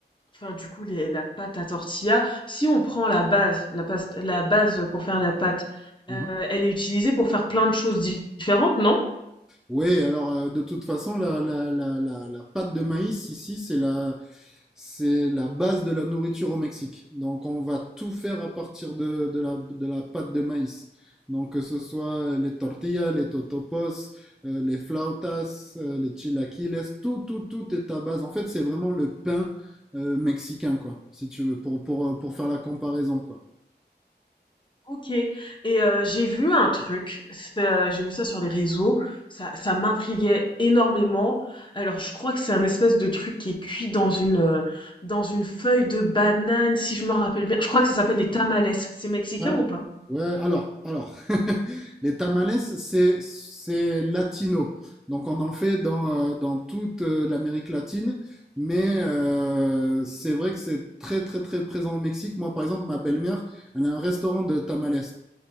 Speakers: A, on the left; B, in the centre.
A: enfin du coup, les- la pâte à tortilla. Si on prend la base, la base, la base pour faire la pâte,
B: Mhm.
A: euh, elle est utilisée pour faire plein de choses différentes, non?
B: Oui, alors euh, de toute façon, la, la, la, la, la pâte de maïs ici, c'est la, c'est la base de la nourriture au Mexique. Donc on va tout faire à partir de, de la, de la pâte de maïs. Donc que ce soit euh, les tortillas, les totopos, euh, les flautas, euh, les chilaquiles, tout, tout, tout est à base. En fait, c'est vraiment le pain euh, mexicain, quoi, si tu veux, pour, pour, euh, pour faire la comparaison, quoi.
A: OK et heu, j'ai vu un truc, c'est, euh, j'ai vu ça sur les réseaux, ça ça m'intriguait énormément. Alors je crois que c'est un espèce de truc qui est cuit dans une, heu, dans une feuille de banane si je me rappelle bien. Je crois que ça s'appelle des tamales. C'est mexicain
B: Ouais,
A: ou pas?
B: Ouais, alors, alors, <laughs> les tamales, c'est c'est latino. Donc on en fait dans, euh, dans toute euh, l'Amérique latine, mais euh, c'est vrai que c'est très très très présent au Mexique. Moi, par exemple, ma belle-mère, elle a un restaurant de tamales.